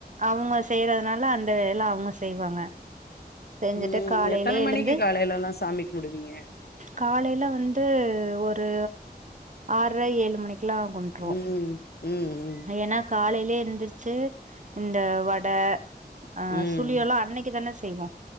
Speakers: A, on the right; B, on the left.
A: அவங்க செய்யறதுனால அந்த வேல அவங்க செய்வாங்க செஞ்சுட்டு
B: ம்
A: காலையிலயே
B: எத்தன
A: எழுந்து
B: மணிக்கு காலைலல்லா சாமி கும்பிடுவீங்க
A: காலையில வந்து ஒரு ஆர்ர ஏழு மணிக்கு ள கும்ப்ட்றுவோம்
B: ம் ம் ம்
A: ஏன்னா காலையில் எந்திரிச்சு இந்த வடை ஆஹ்
B: ம்
A: சுல்லி எல்லாம் அன்னைக்கு தானே செய்வம்